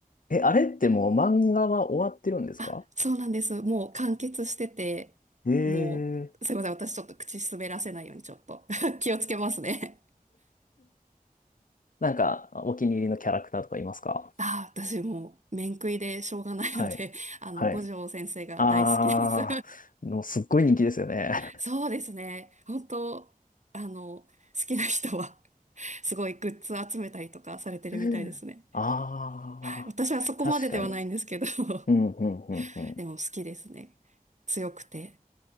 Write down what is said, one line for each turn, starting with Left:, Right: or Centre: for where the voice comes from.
Left: え、あれってもう漫画は終わってるんですか
Right: あ、そうなんです。もう完結してて、
Left: へえ。
Right: もう、すいません。私ちょっと口滑らせないようにちょっと <laughs> 気をつけますね。
Left: なんか、お気に入りのキャラクターとかいますか
Right: あ、私もう、面食いでしょうがないので、
Left: はい。
Right: あの、
Left: はい。
Right: 五条先生が大好きです
Left: ああ、もうすっごい人気ですよね。
Right: そうですね。本当、あの、好きな人は <laughs> すごいグッズ集めたりとかされてるみたいですね。
Left: <laughs> ああ、
Right: はい。私はそこまでではないんですけど
Left: 確かに。うん、
Right: <laughs>
Left: うん、うん、うん。
Right: でも好きですね。強くて。